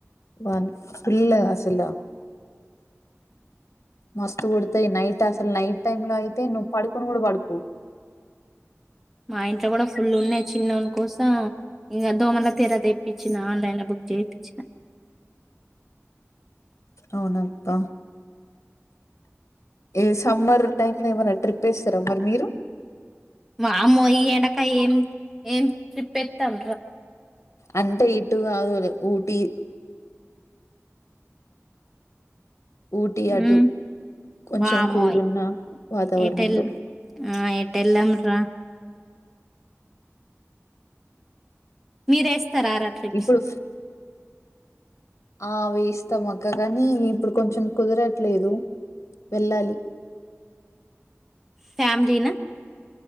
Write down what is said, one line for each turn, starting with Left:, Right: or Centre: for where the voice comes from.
Left: వాన్ పల్ల అసల మస్తు గుడతాయి నైట్ అసలు నైట్ టైమ్ లో అయితే నువ్వు పడుకొను గూడా పడుకోవ్
Centre: మా ఇంట్లో కూడా ఫుల్ ఉన్నాయి చిన్నోను కోసం ఇంగా దోమల తెరా తెప్పచ్చిన ఆన్లైన్ బు జెపిచ్చినా
Left: అవునత్త ఏ సమ్మర్ టైమ్ లో ఏమైనా ట్రిప్ ఏస్తరా మరి మీరు
Centre: మామ్మో ఈ ఎడక ఏం ఏం ట్రిప్ ఎత్తం
Left: అంట ఇటు గాదులే ఊటి ఊటీ అటు
Centre: మ్మ్
Left: కొంచెం
Centre: వామోయ్
Left: కూల్ ఉన్న వాతావరణంలో
Centre: ఏటల్ ఆ ఏ ట్టెల్లం రా మీరేస్తారా రా ట్రిప్స్
Left: ఇప్పుడు ఆ వేస్తాం అక్క కానీ ఇప్పుడు కొంచెం కుదరట్లేదు వెళ్ళాలి
Centre: ఫ్యామలీ నా